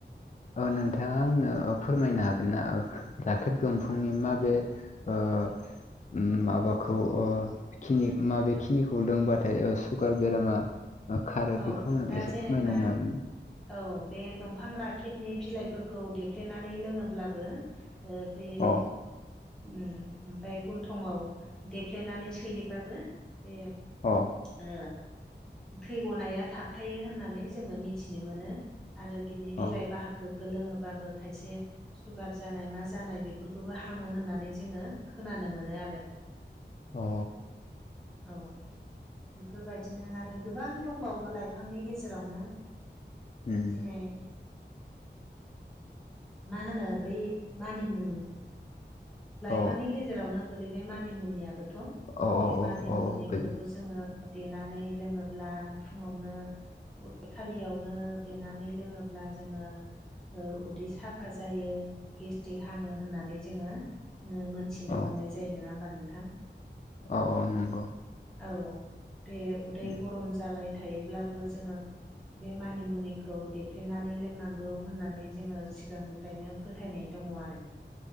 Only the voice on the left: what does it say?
ओ नोंथाङा आंनो ओ फोरमायनो हागोन ना ओ राखेब दंफांनि माबे आ ओम माबाखौ ओ खिनि माबे खिनिखौ लोंबाथाय ओ सुगार बेरामा खारो
बेखौ आं
एसे
फोरमायनानै होनो हागोन ना?
अ
अ।
अ
अ।
उम
औ
औ
औ औ
औ गोजोन
औ
औ औ नंगौ।
उम